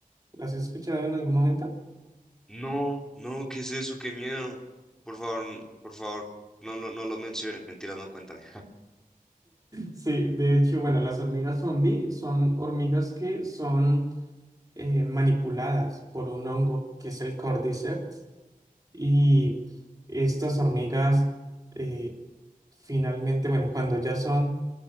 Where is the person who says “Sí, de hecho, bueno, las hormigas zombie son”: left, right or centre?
Right